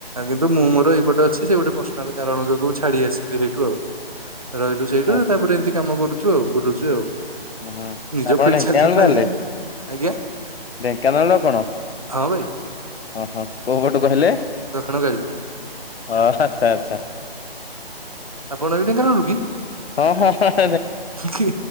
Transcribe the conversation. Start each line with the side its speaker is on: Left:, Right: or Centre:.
Right: କିନ୍ତୁ ମୁଁମୋର ଏଇପଟେ ଅଛି, ସେ ଗୋଟେ ପର୍ସନାଲ କାରଣ ଯୋଗୁଁ ଛାଡି ଆସିଲି ସେଇଠୁ ଆଉ ରହିଲୁ ସେଇଠୁ
Left: ଆ
Right: ତାପରେ ଏମିତି କାମ କରୁଛୁ ଆଉ ବୁଲୁଛୁ ଆଉ
Left: ହୁଁ
Right: ନିଜ
Left: ଆପଣ
Right: ଫିଲ୍ଡ
Left: ଢେଙ୍କାନାଳ
Right: ଚାଲିଲେ ତ
Left: ତାହେଲେ
Right: ଏଇା ଆଉ, ଆଜ୍ଞା
Left: ଢେଙ୍କାନାଳ କଣ?
Right: ହଁ ଭାଇ
Left: ଓ ହୋ, କୋଉ ପଟୁ କହଲେ?
Right: ଦକ୍ଷିଣ କାଳୀ
Left: ହଁ ଆଛା ଆଛା।
Right: ଆପଣ ବି ଢେଙ୍କାନାଳ ରୁ କି?
Left: ହଁ ହଁ ହ
Right: କି